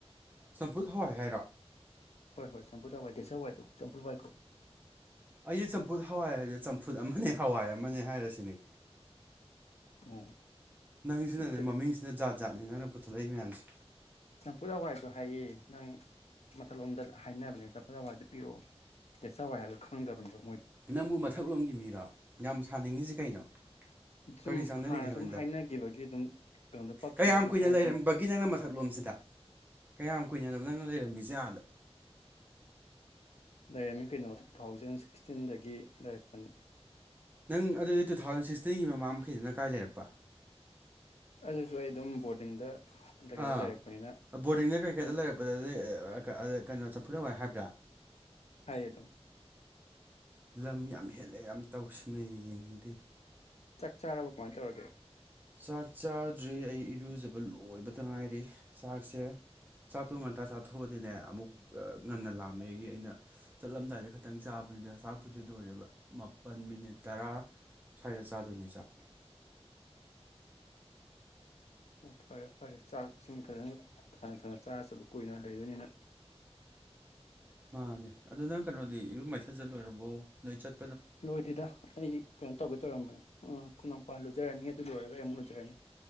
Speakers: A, on the right; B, on the left.
A: ꯆꯝꯐꯨꯠ ꯍꯋꯥꯏ ꯍꯥꯏꯔꯣ
B: ꯍꯣꯏ ꯍꯣꯏ ꯆꯝꯐꯨꯠ ꯍꯋꯥꯏ ꯗꯦꯁꯁꯥ ꯍꯋꯥꯏꯗꯣ ꯆꯝꯐꯨꯠ ꯍꯋꯥꯏ ꯀꯧ
A: ꯑꯩꯗꯤ ꯆꯝꯐꯨꯠ ꯍꯋꯥꯏ ꯍꯥꯏꯗꯤ ꯆꯝꯐꯨꯠ ꯑꯃꯅꯦ ꯍꯋꯥꯏ ꯑꯃꯅꯦ ꯍꯥꯏꯔꯁꯤꯅꯦ
B: ꯎꯝ
A: ꯅꯪꯁꯤꯅꯅꯦ
B: ꯅꯠꯇꯦꯗ
A: ꯃꯃꯤꯡꯁꯤꯅ ꯖꯥꯠ ꯖꯥꯠꯅꯦ ꯅꯪꯅ ꯄꯨꯊꯣꯛꯂꯛꯏ ꯃꯌꯥꯝꯁꯦ
B: ꯆꯝꯐꯨꯠ ꯍꯋꯥꯏꯁꯨ ꯍꯥꯏꯌꯦ ꯅꯪ ꯃꯊꯛꯂꯣꯝꯗꯗ ꯍꯥꯏꯅꯕꯅꯦ ꯆꯝꯐꯨꯠ ꯍꯋꯥꯏ ꯑꯇ ꯄꯤꯔꯛꯑꯣ ꯗꯦ꯫ꯗꯦꯁꯁꯥ ꯍꯋꯥꯏ ꯍꯥꯏꯕꯗꯣ ꯈꯪꯗꯕꯅꯦꯗꯣ
A: ꯅꯪꯕꯨ ꯃꯊꯛꯂꯣꯝꯒꯤ ꯃꯤꯔꯣ ꯌꯥꯝ <unintelligible>
B: ꯁꯨꯝ
A: ꯀꯔꯤ ꯆꯥꯟꯅꯔꯤꯒꯦ
B: ꯍꯥꯟꯅ
A: ꯍꯥꯏꯕꯅꯤꯗ
B: ꯁꯨꯝ ꯍꯥꯏꯅꯈꯤꯕꯒꯤ ꯑꯗꯨꯝ ꯀꯩꯅꯣꯗ ꯄꯛꯈꯤꯕꯒꯤ
A: ꯀꯌꯥꯝ ꯀꯨꯏꯅ
B: ꯍꯥꯏꯔꯛꯄꯅꯤ
A: ꯂꯩꯔꯝꯕꯒꯤ ꯅꯪꯅ ꯃꯊꯛ ꯂꯣꯝꯁꯤꯗ ꯀꯌꯥꯝ ꯀꯨꯏꯅ ꯅꯣꯕ ꯅꯪꯅ ꯂꯩꯔꯝꯃꯤꯁꯦ ꯑꯥ
B: ꯂꯩꯔꯝꯃꯤ ꯀꯩꯅꯣ ꯇꯨ ꯊꯥꯎꯖꯟ ꯁꯤꯛꯁꯇꯤꯟꯗꯒꯤ ꯂꯩꯔꯛꯄꯅꯤ
A: ꯅꯪ ꯑꯗꯨꯗꯤ ꯇꯨ ꯊꯥꯎꯖꯟ ꯁꯤꯛꯁꯇꯤꯟꯒꯤ ꯃꯃꯥ ꯃꯈꯩꯗꯨꯅ ꯀꯥꯏ ꯂꯩꯔꯛꯄ
B: ꯑꯗꯨꯁꯨ ꯑꯩ ꯑꯗꯨꯝ ꯕꯣꯔꯗꯤꯡꯗ ꯀꯩꯗ
A: ꯑꯥ
B: ꯂꯩꯔꯛꯄꯅꯤꯅ
A: ꯕꯣꯔꯗꯤꯡꯗ ꯀꯩ ꯀꯩꯗ
B: ꯍꯣꯏ
A: ꯂꯩꯔꯛꯄꯗꯗꯤ ꯑꯦ ꯑꯥ ꯑꯥ ꯀ ꯀꯩꯅꯣ ꯆꯝꯐꯨꯠꯇꯣ ꯑꯗꯨꯃꯥꯏ ꯍꯥꯏꯕꯔꯥ
B: ꯍꯥꯏꯌꯦ ꯑꯗꯨꯝ
A: ꯂꯝ ꯌꯥꯝ ꯍꯦꯜꯂꯦ ꯌꯥꯝ ꯇꯧꯁꯤꯟꯅꯩꯌꯦ ꯌꯦꯡꯅꯤꯡꯗꯦ
B: ꯆꯥꯛ ꯆꯥꯔꯕ ꯀꯃꯥꯏ ꯇꯧꯔꯒꯦ
A: ꯆꯥꯛ ꯆꯥꯗꯔꯤ ꯑꯩ ꯏꯔꯨꯖꯕ ꯂꯣꯏꯕꯗ ꯉꯥꯏꯔꯤ ꯆꯥꯛꯁꯦ ꯆꯥꯛꯇꯣ ꯉꯥꯟꯇ ꯆꯥꯊꯣꯛꯑꯗꯤꯅꯦ ꯑꯃꯨꯛ ꯑꯥ ꯉꯟꯅ ꯂꯥꯝꯃꯦꯒꯤ ꯑꯩꯅ ꯆꯠꯂꯝꯗꯥꯏꯗ ꯈꯛꯇꯪ ꯆꯥꯕꯅꯤꯗ ꯆꯥꯛꯄꯨꯗꯤ ꯂꯣꯏꯔꯦꯕ ꯃꯥꯄꯜ ꯃꯤꯅꯤꯠ ꯇꯔꯥ ꯁ꯭ꯋꯥꯏꯗ ꯆꯥꯗꯣꯏꯅꯦ ꯆꯥꯛ
B: ꯑꯣ ꯐꯔꯦ ꯐꯔꯦ ꯆꯥꯛ ꯏꯁꯤꯡ ꯐꯖꯅ ꯊꯟꯅ ꯊꯟꯅ ꯆꯥꯔ ꯆꯠꯂꯨ ꯀꯨꯏꯅ ꯂꯩꯗꯣꯏꯅꯤꯅ
A: ꯃꯥꯅꯦ ꯑꯗꯣ ꯅꯪ ꯀꯩꯅꯣꯗꯤ ꯏꯔꯨ ꯃꯥꯏꯊꯖ ꯂꯣꯏꯔꯕꯣ ꯅꯣꯏ ꯆꯠ
B: ꯂꯣꯏꯗꯦꯗ ꯑꯩ ꯀꯩꯅꯣ ꯇꯧꯒꯦ ꯇꯧꯔꯝꯕꯅꯦ ꯎꯝ ꯈꯣꯏ ꯅꯥꯎꯄ ꯂꯨꯖꯔꯅꯤ ꯑꯗꯨ ꯂꯣꯏꯔꯒ ꯑꯩ ꯑꯃꯨꯛ ꯂꯨꯖꯔꯅꯤ